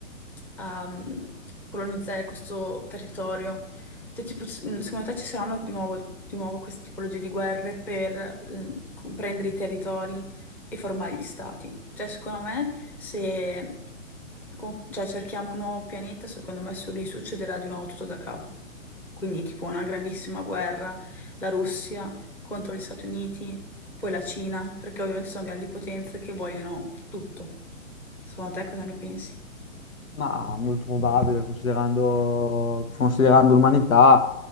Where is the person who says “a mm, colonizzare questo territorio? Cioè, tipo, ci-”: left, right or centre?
Centre